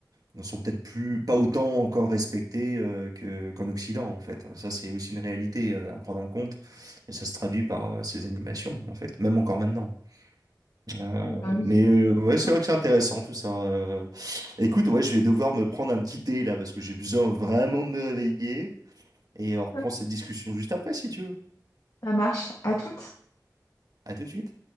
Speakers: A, on the right; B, on the left.
A: ne sont peut-être plus, pas autant encore respectées euh, que, qu'en Occident, en fait. Ça, c'est aussi une réalité euh, à prendre en compte. Et ça se traduit par euh, ces animations, en fait, même encore maintenant. Euh,
B: oui, bah oui.
A: mais euh, ouais,
B: Forcément.
A: c'est vrai que c'est intéressant tout ça. Euh, Écoute, ouais, je vais devoir me prendre un petit thé là parce que j'ai besoin vraiment de me réveiller. Et
B: D'accord.
A: on reprend cette discussion juste après si tu veux.
B: Ça marche. À toutes.
A: À tout de suite.